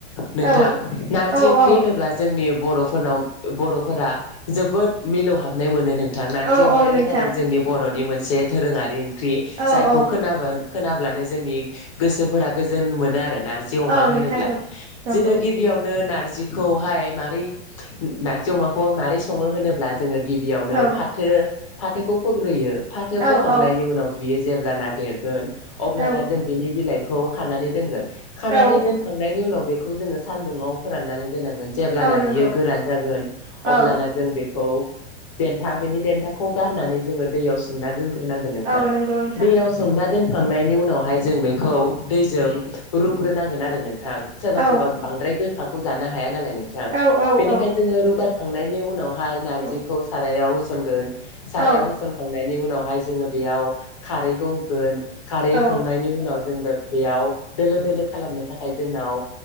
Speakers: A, on the left (about 30°); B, on the right (about 70°).
A: नोंथां
B: औ
A: नारजि
B: औ
A: ओंख्रि
B: औ
A: होनोब्ला जोंनि बर' फोरनाव बर'फोरा जोबोद मिलौ हाबनाय मोनो। नोंथां नारजि
B: औ
A: अमायानो
B: औ नोंथां
A: जादों जोंनि बरनि मोनस से दोरोङारि ओंख्रि
B: औ
A: जायखौ
B: औ
A: खोनाबा खोनाब्लानो जोंनि गोसोफोरा गोजोन मोनो आरो। नारजि अमा
B: औ
A: होनोब्ला
B: नोंथां नं नंगौ
A: जोङो गिबियावनो नार जिखौहाय मारै नार्जि अमाखौ मारै सङो होनोब्ला जोङो गिबियावनो
B: औ
A: फाथो फाथोखौ फोग्रोयो फाथो फोखांनायनि
B: औ औ
A: उनाव बियो जेब्लाना देरगोन। अब्लाना
B: औ
A: जों बिनि बिलाइ खौ खानानै दोनगोन। खानानै
B: औ
A: दोनखांनायनि उनाव बे खौ जोङो सानदुंङाव फोराननानै दोननांगोन जेब्लाना
B: औ नंगौ
A: बियो गोरान जागोन अब्लाना
B: औ
A: जों बेखौ औ देन्था बेनि देन्थाखौ गारनानै जोङो दैयाव सोमनानै दोन ग्रोनांगोन नोंथां।
B: औ नंगौ नोंथां
A: दैयाव सोमना दोन खांनायनि उनावहाय जों बेखौ दैजों रुग्रोनांगोन आरो नों थां सोरबा
B: औ
A: सोरबा बांद्राय गोखा खौ जानो हाया नालाय। नोंथां
B: औ औ
A: बेनिखाय
B: औ
A: जोङो रुगार खांनायनि उनाव हाय नारजिखौ
B: औ
A: सारायाव होसनगोन सारायाव
B: औ
A: होसनखांनायनि उनाव ओमफाय जोङो बेयाव खारैखौ होगोन। खारै होखांनायनि
B: औ
A: उनाव जों बे बेयाव दोलो दोलो खालामनो थाखाय जोंनाव